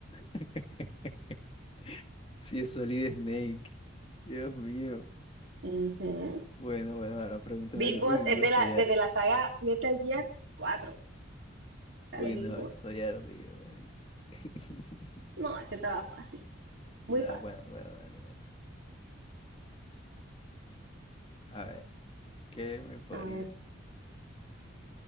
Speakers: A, on the left; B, on the right.
A: <laughs> Sí, es Solid Snake. Dios mío.
B: Ujú.
A: Bueno, bueno, ahora pregúntame.
B: Big
A: tú.
B: Boss
A: Uy, no,
B: es de
A: estoy,
B: la,
A: ar-
B: desde la saga Metal Gear cuatro Sale
A: Uy,
B: Big
A: no,
B: Boss.
A: estoy ardido, marico. <laughs>
B: No, ese estaba fácil, muy
A: No,
B: fácil.
A: bueno, bueno, dale, dale. A ver, ¿qué me podría?
B: A ver,